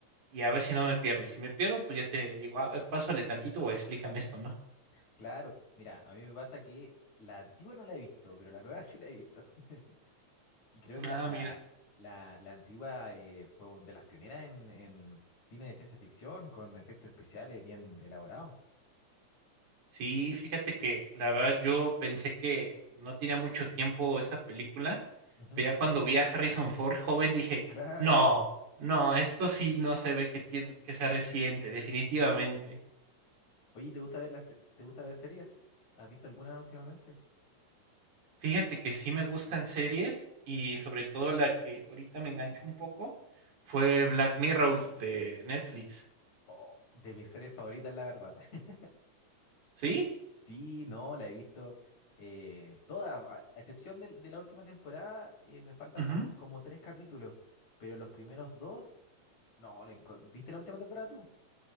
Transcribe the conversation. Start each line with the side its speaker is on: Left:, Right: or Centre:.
Right: y a ver si no me pierdo, y si me pierdo, pues, ya te digo: "A ver, pásale tantito o explícame esto", ¿no?
Left: Claro, mira, a mí me pasa que la antigua no la he visto, pero la nueva <laughs> sí la he visto. <laughs> Y creo que
Right: Ah,
Left: la, la,
Right: mira.
Left: la, la antigua eh, fue un- de las pioneras en, en cine de ciencia ficción, con efectos especiales bien elaborados.
Right: Sí, fíjate que la verdad yo pensé que no tenía mucho tiempo esa película,
Left: Ujú.
Right: pero ya cuando vi a Harrison Ford joven dije:
Left: Claro.
Right: "No, no, esto sí no se ve que tiene que sea reciente, definitivamente".
Left: Oye, ¿te gusta ver las, te gusta ver series? ¿Has visto alguna últimamente?
Right: Fíjate que sí me gustan series y sobre todo la que ahorita me enganchó un poco fue Black Mirror de Netflix.
Left: Oh, de mis series favoritas, la verdad. <laughs>
Right: ¿Sí?
Left: Sí, no, la he visto eh, toda, a a excepción del- de, la última temporada, eh, me faltan
Right: Ujú.
Left: un- como tres capítulos, pero los primeros dos, no, lo enco- ¿viste la última temporada tú?